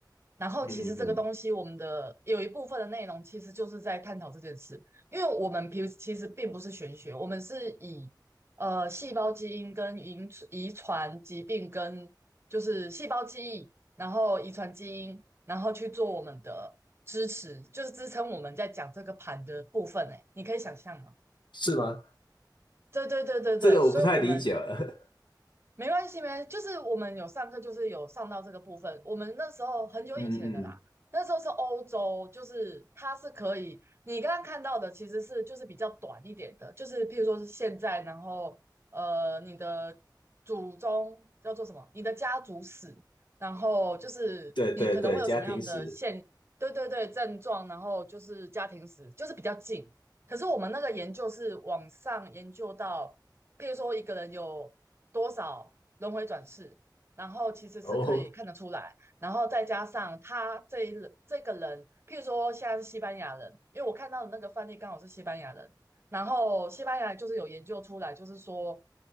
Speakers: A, on the right; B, on the left.
A: 然后其实这个东西，
B: 嗯嗯，
A: 我们的有一部分的内容其实就是在探讨这件事，因为我们平其实并不是玄学，我们是以呃细胞基因跟遗遗传疾病跟就是细胞记忆，然后遗传基因，然后去做我们的支持，就是支撑我们在讲这个盘的部分。哎，你可以想象吗？
B: 是吗？
A: 对对对对对，
B: 这个我不太理解了
A: 所以我们
B: <laughs>
A: 没关系，没，就是我们有上课，就是有上到这个部分。我们那时候很久以前的啦，
B: 嗯嗯，
A: 那时候是欧洲，就是它是可以，你刚刚看到的其实是就是比较短一点的，就是譬如说是现在，然后呃，你的祖宗叫做什么？你的家族史，然后就是你可能会有什么样的现，
B: 对对对，家庭史。
A: 对对对，症状，然后就是家庭史，就是比较近。可是我们那个研究是往上研究到，譬如说一个人有多少轮回转世，然后其实是可以看得出来，
B: 哦
A: 然后再加上他这一人这个人，譬如说现在是西班牙人，因为我看到的那个范例刚好是西班牙人，然后西班牙人就是有研究出来，就是说